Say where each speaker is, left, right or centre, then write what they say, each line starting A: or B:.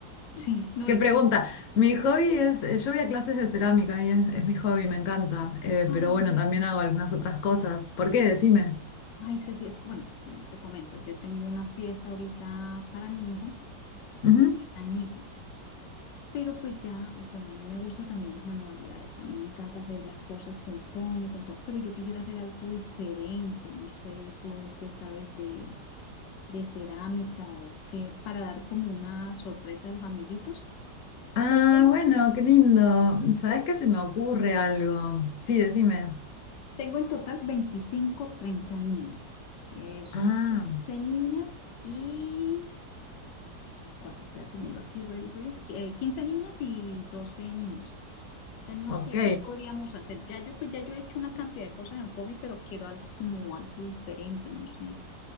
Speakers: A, on the left; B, on the left.
A: Sí,
B: <laughs>
A: no
B: qué
A: es
B: pregunta.
A: que...
B: Mi hobby es, eh, yo voy a clases de cerámica y es, es mi hobby, me encanta, Eh,
A: Ay,
B: pero bueno, también hago algunas otras cosas. ¿Por qué? Decime.
A: ay, Ceci, es que bueno, bueno, te comento, yo tengo una fiesta ahorita para mi hijo
B: Ujú.
A: de tres añitos, pero pues ya, bueno, a mí me gustan también las manualidades, a mí me encanta hacer las cosas con foamy, con todo, pero yo quisiera hacer algo diferente, no sé, tú qué sabes de... de cerámica o qué, para dar como una sorpresa a los amiguitos.
B: Ah,
A: Tengo en
B: bueno, qué lindo. ¿Sabés
A: to-
B: qué se me ocurre algo? Sí, decime.
A: tengo en total 25 30 niños. Eh, son
B: Ah,
A: 15 niñas y... ¿Y cuánto? Espérate, miro aquí, reviso bien. Qu- eh, 15 niñas y 12 niños. Entonces, no
B: ok.
A: sé qué podríamos hacer. Ya yo, pues ya yo he hecho una cantidad de cosas en FOMI, pero quiero algo como algo diferente, no sé.